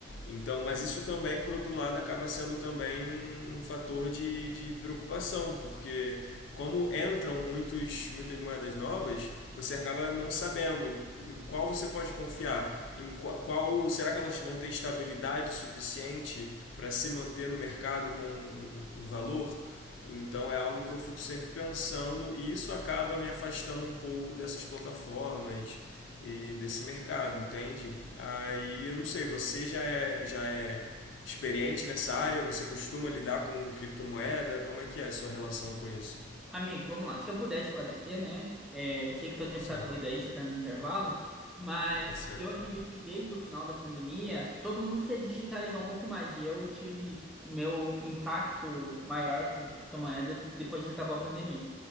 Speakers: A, on the left; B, in the centre.
A: Então, mas isso também, por outro lado, acaba sendo também um, um fator de, de preocupação, porque como entram muitos, muitas moedas novas, você acaba não sabendo em qual você pode confiar, em qua- qual, será que elas vão ter estabilidade suficiente para se manter no mercado com um, um valor? Então é algo que eu fico sempre pensando e isso acaba me afastando um pouco dessas plataformas e desse mercado, entende? Aí eu não sei, você já é, já é experiente nessa área? Você costuma lidar com criptomoeda? Como é que é a sua relação com isso?
B: Amigo, vamos lá. Se eu puder esclarecer, né? É, eu sei que teu tempo
A: Sim,
B: tá corrido aí, você tá no intervalo, mas
A: tá certo.
B: eu acredito que desde o final da pandemia, todo mundo se digitalizou um pouco mais. E eu tive o meu impacto maior com criptomoeda depois que acabou a pandemia.